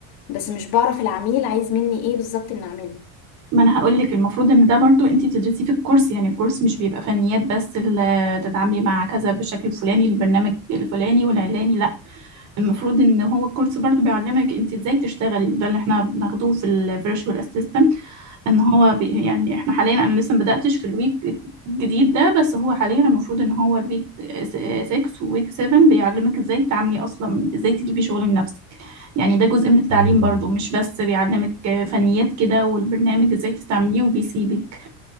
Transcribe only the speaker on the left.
بس مش بعرف العميل عايز مني ايه بالظبط ان اعمله